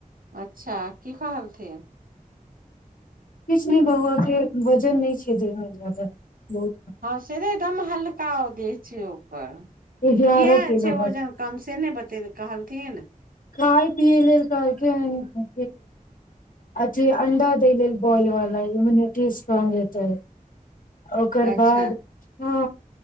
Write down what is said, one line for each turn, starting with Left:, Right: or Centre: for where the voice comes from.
Right: अच्छा की कहलथिन
Left: किछु नहि बौआ के वजन नहि छै देह मे जादा बहुत
Right: हँ सीधे एकदम हल्का देह छै ओकर
Left: एगारह
Right: किया
Left: किलो
Right: छै वजन कम सेने बते कहलथिन
Left: खाय पिय लेल कहलके हन अथी अंडा दय लेल बॉल वला इम्युनिटी स्ट्रॉंग होतै ओकर
Right: अच्छा
Left: बाद हँ